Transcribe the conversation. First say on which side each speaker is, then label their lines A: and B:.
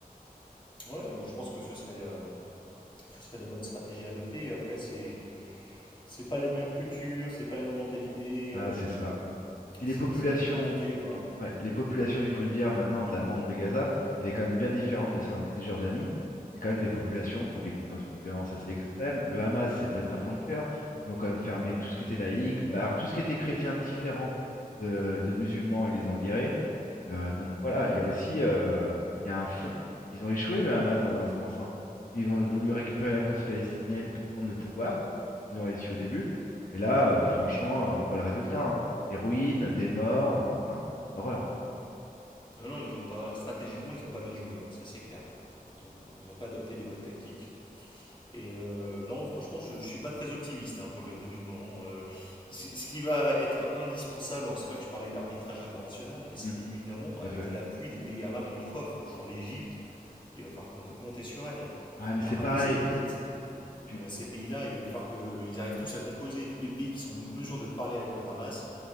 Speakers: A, on the left; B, on the left.
A: Ouais, bon, je pense que ce serait, euh, ce serait la bonne stratégie à adopter. Après, c'est c'est pas les mêmes cultures, c'est pas la même mentalité.
B: Ah,
A: euh,
B: c'est ça. Puis
A: c'est
B: les populations
A: c'est très compliqué, quoi.
B: Ouais, les populations, il faut le dire, maintenant de la bande de Gaza, elle est quand même bien différente de celle en Cisjordanie. C'est quand même des populations
A: Mhm.
B: qui ont vécu dans une violence assez extrême. Le Hamas, c'est pas des
A: Ouais.
B: enfants de cœur. Ils ont quand même fermé tout ce qui était laïque, bar, tout ce qui était chrétien différent de, de musulmans, ils les ont virés. Euh,
A: Mhm.
B: donc voilà, il y a aussi euh, il y a un fond. Ils ont échoué, le Hamas, dans un sens. hein. Ils ont voulu récupérer la cause palestinienne pour prendre le pouvoir. Ils ont réussi
A: Mhm.
B: au début. Et là, euh, franchement, euh, on voit le résultat. hein. Des ruines, des morts. Enfin, c'est une horreur.
A: Mhm. Non, non, ils ont pas, stratégiquement, ils ont pas bien joué, hein, ça c'est clair. Ils ont, ils ont pas adopté les bonnes tactiques. Et euh, non, franchement, je, je suis pas très optimiste hein, pour le dénouement. Euh, c- ce qui va être indispensable, alors c'est vrai que je parlais d'arbitrage international, mais c'est
B: Mm,
A: évidemment
B: tout
A: avec
B: à fait.
A: l'appui des pays arabes limitrophes, genre l'Égypte, il va falloir compte- compter sur elle.
B: Ah, mais
A: L'Arabie
B: c'est pareil.
A: Saoudite,
B: Ah, mais tu-
A: Euh,
B: Le
A: ces pays-là, il va falloir qu'ils arrivent tous à composer, tous les pays qui sont en mesure de parler avec le Hamas,